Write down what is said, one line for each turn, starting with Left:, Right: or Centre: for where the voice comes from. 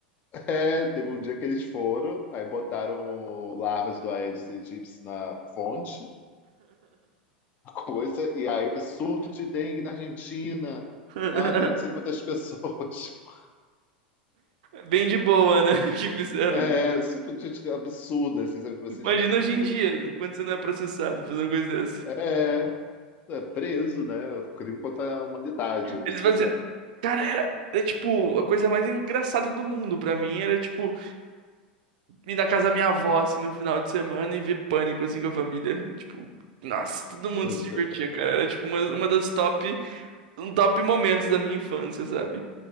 Left: <laughs> É, teve um dia que eles foram, aí botaram larvas do Aedes aegypti na fonte. <laughs> coisa, e aí surto de dengue na Argentina,
Right: <laughs>
Left: mata não sei quantas pessoas. <laughs>
Right: Bem de boa, né? <laughs> Que fizeram.
Left: É, super, gente absurda, assim, sabe? Tipo assim,
Right: Imagina
Left: gente, meu
Right: hoje
Left: Deus.
Right: em dia, quando você não é processado por uma coisa dessa.
Left: é, é preso, né? Crime contra a humanidade,
Right: Eles
Left: se
Right: faziam.
Left: bobear.
Right: Cara, era. É tipo, a coisa mais engraçada do mundo pra mim era, tipo, ir na casa da minha avó, assim, no final de semana e ver pânico, assim, com a família. <laughs> Tipo, nossa, todo mundo
Left: <laughs>
Right: se divertia, cara. Era, tipo, uma, uma das top. Um top momentos da minha infância, sabe?